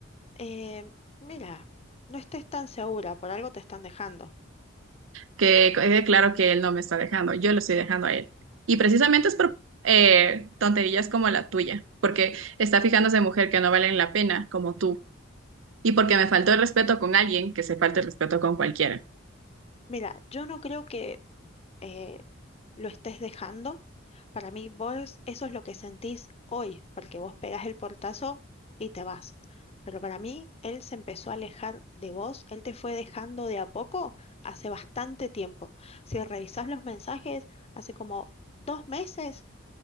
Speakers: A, on the left; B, on the right.
A: Eh, mira, no estés tan segura, por algo te están dejando.
B: que quede claro que él no me está dejando, yo lo estoy dejando a él. Y precisamente es por eh, tonterías como la tuya, porque está fijándose en mujer que no valen la pena, como tú, y porque me faltó el respeto con alguien que se falte el respeto con cualquiera.
A: Mira, yo no creo que eh, lo estés dejando. Para mí, vos, eso es lo que sentís hoy, porque vos pegás el portazo y te vas. Pero para mí, él se empezó a alejar de vos, él te fue dejando de a poco hace bastante tiempo. Si revisás los mensajes, hace como dos meses